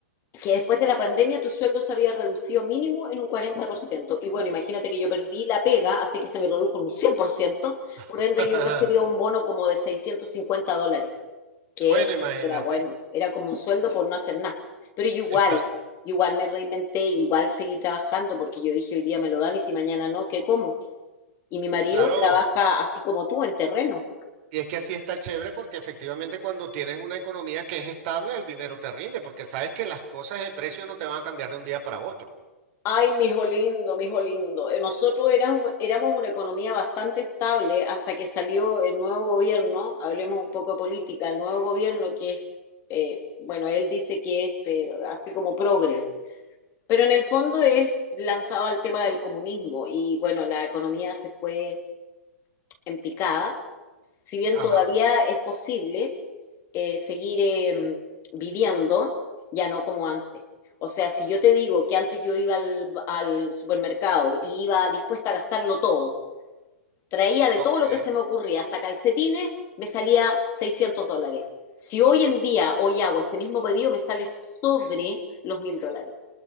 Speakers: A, on the left; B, on the right.
A: que después de la pandemia tu sueldo se había reducido mínimo en un 40%. Y bueno, imagínate que yo perdí la pega, así que se me redujo en un cien por ciento, por
B: <laughs>
A: ende yo recibía un bono como de 650 dólares que
B: Bueno, imagínate.
A: era bueno, era como un sueldo por no hacer nada. Pero yo igual,
B: Está
A: yo igual me reinventé, igual seguí trabajando porque yo dije hoy día me lo dan y si mañana no, ¿qué como? Y mi marido
B: claro.
A: trabaja así como tú, en terreno.
B: Y es que así está chévere porque efectivamente cuando tienes una economía que es estable, el dinero te rinde, porque sabes que las cosas de precio no te van a cambiar de un día para otro.
A: Ay, mijo lindo, mijo lindo. Eh, Nosotros éramos, éramos una economía bastante estable hasta que salió el nuevo gobierno, hablemos un poco de política, el nuevo gobierno que es, eh, bueno, él dice que es eh, así como progre Pero en el fondo es lanzado al tema del comunismo y bueno, la economía se fue en picada. Si bien
B: Ajá,
A: todavía es posible eh, seguir eh, viviendo, ya no como antes. O sea, si yo te digo que antes yo iba al, al supermercado y iba dispuesta a gastarlo todo, traía de
B: ok.
A: todo lo que se me ocurría, hasta calcetines, me salía 600 dólares. Si hoy en día, hoy hago ese mismo pedido, me sale sobre los mil dólares.